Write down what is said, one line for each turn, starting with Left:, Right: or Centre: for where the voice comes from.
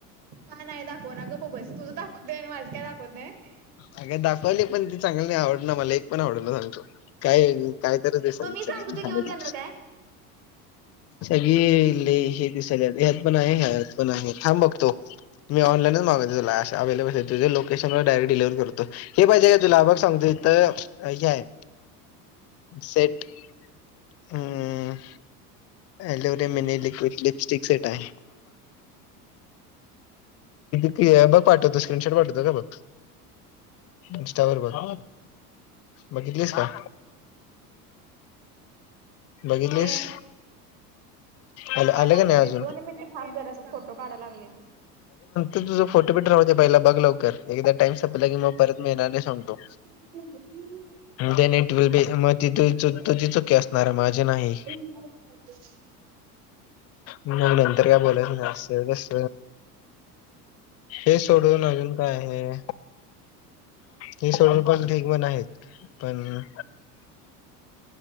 Right: का नाही दाखवना गप्प बसं, तुझं दाखवतेय आणि माझं काय दाखवत नाहीये.
Left: अंग दाखवलीत पण ते चांगली नाही, आवडना मला एक पण आवडना झालंत. काय काय तर दिसालीत
Right: मग मी
Left: सगळी
Right: सांगतो ते घेऊन देणार
Left: <unintelligible>
Right: काय?
Left: सगळी लै हे दिसाल्यात ह्यात पण आहे, ह्यात पण आहे. थांब बघतो. मी ऑनलाईनच मागवतो तुला अशा अव्हेलेबल आहे, तुझ्या लोकेशन वरच डायरेक्ट डिलिव्हर कर रतो हे पाहिजे काय तुला बघ हे, सांगतो इथं हे हाय. सेट. हम्म, <unintelligible> मिनी लिक्विड लिपस्टिक सेट आहे. हे बघं पाठवतो, स्क्रीनशॉट पाठतो का बघं. इंस्टावर बघं, बघितलीस काय? बघितलीस.
Right: ए
Left: आलं आलं
Right: काय पाठवलंय,
Left: का नाही अजून?
Right: दोन मिनिटं थांब जरासं फोटो काढाय लागले मी.
Left: तुझा फोटो बिटो राहू दे पहिला, बघ लवकर एकदा टाईम संपला की परत मिळणार नाही सांगतो.
Right: <unintelligible>
Left: देन इटव्हील बी मग, ती तुझी चुकी असणारय माझी नाही.
Right: <unintelligible>
Left: मग नंतर काय बोलयच नाय असं तस. हे सोडून अजून काय आहे. हे सोडून पण ढिग <unintelligible> आहेत. पण,